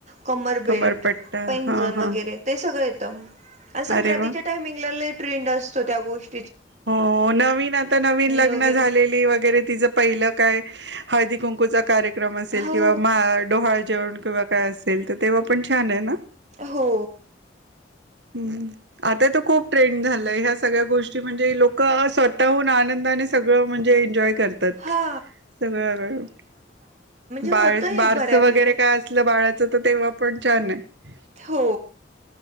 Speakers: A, on the right; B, on the right.
A: कमर
B: कमरपट्टा
A: बेल्ट, पैंजण
B: हा
A: वगैरे
B: हा
A: ते सगळं येत. आणि संक्रांतीच्या
B: अरे वा
A: टायमिंगला ट्रेंड असतो त्या गोष्टी
B: हो नवीन आता नवीन लग्न
A: वगैरे
B: झालेली वगैरे तिचं पहिलं काय हळदी कुंकूचा कार्यक्रम असेल
A: हो,
B: किंवा मा डोहाळ जेवण किंवा काय असेल तर तेव्हा पण छान आहे ना
A: हो.
B: हम् आता तर खूप ट्रेंड झालंय ह्या सगळ्या गोष्टी म्हणजे लोक स्वतःहून आनंदाने सगळं म्हणजे एन्जॉय करतात
A: हा
B: सगळं
A: होतं
B: बाळ
A: हे
B: बारस
A: बऱ्यापैकी.
B: वगैरे काय असलं बाळाचं तेव्हा पण छान आहे.
A: हो